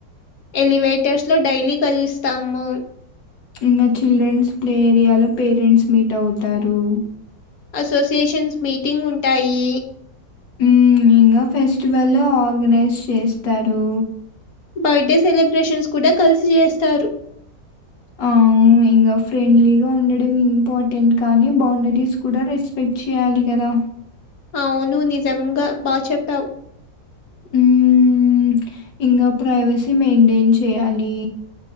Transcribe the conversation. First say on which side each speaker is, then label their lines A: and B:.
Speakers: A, on the left; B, on the left.
A: ఎలివేటర్స్ లో డైలీ కలుస్తాము
B: ఇంగా చిల్డ్రన్స్ ప్లే ఏరియాలో పేరెంట్స్ మీట్ అవుతారు
A: అసోసియేషన్స్ మీటింగ్ ఉంటాయి
B: ఉమ్ ఇంగా ఫెస్టివల్ ఆర్గనైజ్ చేస్తారు
A: బర్త్డే సెలబ్రేషన్స్ కూడా కలిసి చేస్తారు
B: ఆ ఇంకా ఫ్రెండ్లీగా ఉండడం ఇంపార్టెంట్ కానీ బౌండరీస్ కూడా రెస్పెక్ట్ చేయాలి గదా
A: అవును నిజంగా బా చెప్పావు
B: ఉమ్ ఇంగా ప్రైవసీ మెయింటైన్ చేయాలి